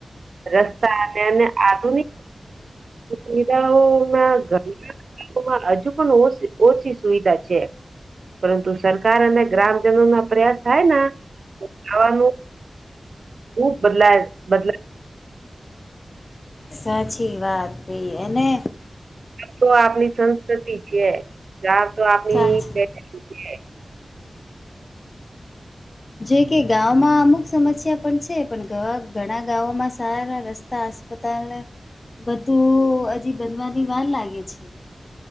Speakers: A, on the right (about 75°); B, on the left (about 40°).
A: રસ્તા તેને આધુનિક સુવિધાઓ માં ઘણી હજુ પણ ઓસી ઓછી સુવિધા છે. પરંતુ સરકાર અને ગ્રામજનો ના પ્રયાસ થાયના, ખાવાનું ખુબ બદલાય બદલા
B: સાચી વાત કઈ, એને
A: તો આપની સંસ્કૃતિ છે, જા તો આપની
B: સાચી
A: પ <unintelligible>
B: જો કે ગામમાં અમુક સમસ્યા પણ છે, પણ ધઅ ઘણા ગામોમાં સારા રસ્ત તા અસ્પતાલને બધું હજી બનવાની વાર લાગે છે.